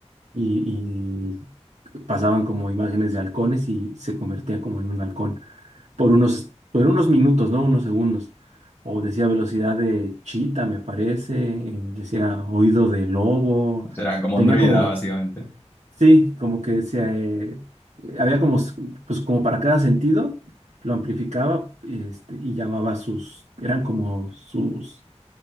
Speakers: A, on the right; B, on the left.
A: y, y pasaban como imágenes de halcones y se convertía como en un halcón. por unos, por unos minutos, ¿no? Unos segundos. O decía velocidad de chita, me parece, eh, decía oído de lobo.
B: Será como
A: Tenía
B: un druida,
A: como,
B: básicamente.
A: sí, como que se, eh, eh, había como, s- pues como para cada sentido, lo amplificaba, este, y llamaba sus, eran como sus,